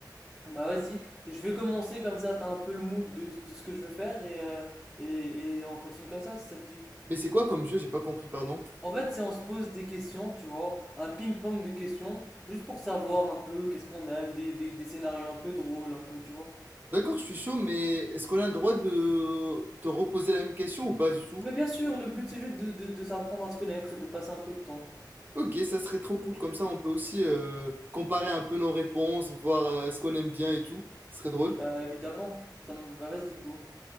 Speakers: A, in the centre; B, on the right.
A: Bah vas-y, je vais commencer comme ça, t'as un peu le mood de, de ce que je veux faire et, euh, et, et on continue comme ça, si ça te dit.
B: mais c'est quoi comme jeu? J'ai pas compris, pardon.
A: En fait, c'est on se pose des questions, tu vois, un ping-pong de questions, juste pour savoir un peu qu'est-ce qu'on aime, des, des, des scénarios un peu drôles, un peu, tu vois.
B: D'accord, je suis chaud, mais est-ce qu'on a le droit de te reposer la même question ou pas du tout?
A: Mais bien sûr, le but c'est juste de, de, de s'apprendre à se connaître et de passer un peu de temps.
B: Ok, ça serait trop cool, comme ça on peut aussi euh, comparer un peu nos réponses, voir euh, ce qu'on aime bien et tout. Ce serait drôle.
A: Bah évidemment, ça me va, vas-y go.